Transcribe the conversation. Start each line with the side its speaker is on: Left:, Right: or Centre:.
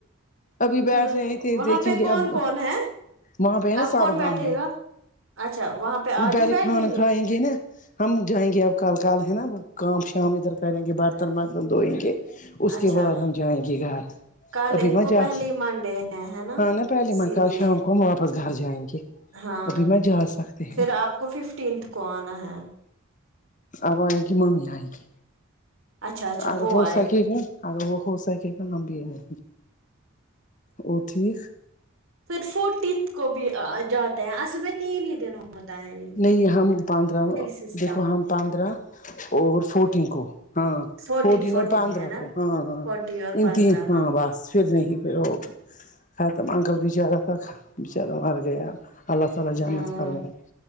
Left: ابھی بیٹھ
Right: ہ
Left: رہے تھے
Right: وہاں
Left: دیکھیں
Right: پہ
Left: گے
Right: کون
Left: اب
Right: کون ہے
Left: وہاں پہ ہے نا
Right: آپ
Left: صبحام
Right: کون بیٹھے
Left: ہے
Right: گا اچھا وہاں پہ آج
Left: پہلے
Right: بھی بیٹھیں
Left: کھانا کھائیں گے نا ہم جائیں گے اب کل کال ہے نا کام شام ادھر کریں گے برتن برتن دھوئیں گے اس
Right: اچھا
Left: کے بعد ہم جائیں گے گھر
Right: کل
Left: ابھی
Right: ان
Left: ما
Right: کو
Left: جاس
Right: پہلی منڈے ہے ہے نا
Left: ہ ن پہلی
Right: اسی
Left: م ک
Right: لیے
Left: شام کو ہم واپس گھر جائیں گے
Right: ہاں
Left: ابھی میں جا سکتی ہ
Right: پھر آپ کو ففٹینتھ کو آنا ہے
Left: اب آئے گی ممی آئے گی
Right: اچھا اچھا
Left: اگر
Right: وہ
Left: ہو
Right: آئے
Left: سکے
Right: گی
Left: گا اگر وہ ہو سکے کام بھی ہے وہ ٹھیک
Right: پھر فورٹیتھ کو بھی جاتے ہیں اصل میں تین ہی دن ہوں ہوتا ہے یہ
Left: نہیں ہم پندرہ
Right: سسٹم
Left: دیکھو ہم پانندرہ اور فورٹین کو ہاں
Right: فورٹی
Left: فورٹین
Right: فورٹی
Left: اور پندرہ
Right: ہے نا
Left: کو ہاں ہاں
Right: فورٹی اور
Left: ان
Right: پندرہ
Left: تین ہاں بس پھر نہیں پھر وہ خت اکل بچارہ تھا بیچارا مر گیا اللہ تعالی جنت
Right: ہ
Left: فرمائیے